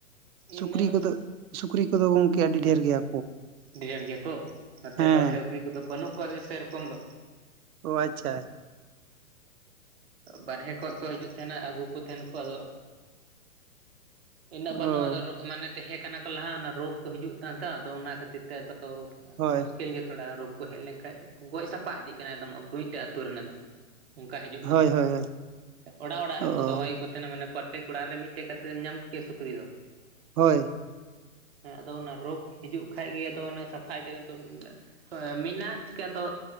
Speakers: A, on the right (about 80°); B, on the right (about 45°).
A: ᱥᱩᱠᱨᱤ
B: ᱤᱱᱟᱹᱜᱼᱼ
A: ᱠᱚᱫᱚ ᱥᱩᱠᱨᱤ ᱠᱚᱫᱚ ᱜᱚᱝᱠᱮ ᱟᱹᱰᱤ ᱰᱷᱮᱨ ᱜᱮᱭᱟᱼᱼ
B: ᱰᱮᱨ ᱜᱮᱭᱟ ᱠᱚ, ᱱᱚᱛᱮ
A: ᱦᱮᱸ
B: ᱫᱚ ᱥᱩᱠᱨᱤ ᱠᱚᱫᱚ ᱵᱟᱹᱱᱩᱜ ᱠᱚᱣᱟ ᱥᱮᱨᱚᱠᱚᱢ ᱫᱚ᱾
A: ᱚ ᱟᱪᱪᱷᱟ᱾
B: ᱵᱟᱨᱦᱮ ᱠᱷᱚᱡ ᱠᱚ ᱦᱤᱡᱩᱜ ᱛᱟᱦᱮᱸᱱᱟ ᱟᱹᱜᱩ ᱠᱚ ᱛᱟᱦᱮᱸᱱᱟ ᱠᱚ ᱟᱫᱚ᱾ ᱤᱱᱟᱹᱜ
A: ᱚ
B: ᱵᱟᱹᱱᱩᱜᱼᱟ ᱟᱫᱚ ᱢᱟᱱᱮ ᱛᱟᱦᱮᱸ ᱠᱟᱱᱟ ᱠᱚ ᱞᱟᱦᱟ ᱚᱱᱟ ᱨᱳᱜᱽ ᱠᱚ ᱦᱤᱡᱩᱜ ᱠᱟᱱ ᱛᱚ ᱟᱫᱚ ᱚᱱᱟ ᱠᱷᱟᱹᱛᱤᱨ ᱛᱮ ᱟᱫᱚ,
A: ᱦᱳᱭ
B: ᱢᱩᱥᱠᱤᱞ <inaudible> ᱩᱠᱤᱞ ᱜᱮ ᱛᱷᱚᱲᱟ ᱨᱳᱜ ᱠᱚ ᱦᱮᱡ ᱞᱮᱱᱠᱷᱟᱱ ᱜᱚᱡ ᱥᱟᱯᱟ ᱤᱫᱤᱜ ᱠᱟᱱᱟ ᱮᱫᱚᱢ ᱢᱤᱫᱴᱮᱡ ᱟᱹᱛᱩ ᱨᱮᱱ ᱮᱫᱚᱢ ᱚᱱᱠᱟ ᱦᱤᱡᱩᱜᱼᱟ᱾ ᱠᱷ <unintelligible>
A: ᱦᱳᱭ ᱦᱳᱭ ᱦᱳᱭ
B: ᱚᱲᱟᱜ -ᱚᱲᱟᱜ
A: ᱚ
B: ᱨᱮᱠᱚ ᱫᱚᱦᱚᱭ ᱠᱚ ᱛᱟᱱᱟ ᱢᱟᱱᱮ ᱯᱨᱚᱛᱛᱮᱠ ᱚᱲᱟᱜ ᱨᱮ ᱢᱤᱫᱴᱮᱡ ᱠᱟ ᱠᱟᱛᱮᱢ ᱧᱟᱢ ᱠᱚ ᱠᱮᱭᱟ ᱥᱩᱠᱨᱤ ᱫᱚ᱾
A: ᱦᱳᱭ᱾
B: ᱦᱮᱸ ᱟᱫᱚ ᱚᱱᱟ ᱨᱳᱜᱽ ᱦᱤᱡᱩᱜ ᱠᱷᱟᱜ ᱜᱮ ᱟᱫᱚ ᱥᱟᱯᱷᱟᱭ ᱛᱮ <unintelligible> ᱦᱚᱭ ᱢᱮᱱᱟᱜ ᱠᱚᱜᱮᱭᱟ ᱫᱚ